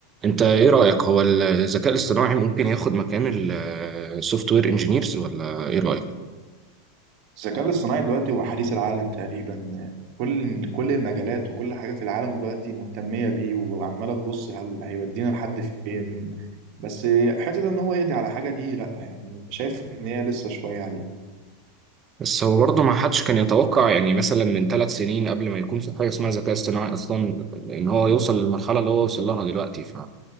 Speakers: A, on the right; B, on the right.
A: انت ايه رأيك هو الذكاء الاصطناعي ممكن ياخد مكان السوفت وير انجينيرز ولا ايه رأيك
B: الذكاء الاصطناعي دلوقتي هو حديث العالم تقريبا كل كل المجالات وكل حاجة في العالم دلوقتي مهتمية بيه وعمالة تبص هل هيودينا لحد فين بس حتة ان هو يقضي على حاجة دي لا يعني شايف ان هي لسه شوية عليه
A: بس هو برضه ما حدش كان يتوقع يعني مثلا من ثلاث سنين قبل ما يكون في حاجة اسمها ذكاء اصطناعي اصلا ان هو يوصل للمرحلة اللي هو وصل لها دلوقتي ف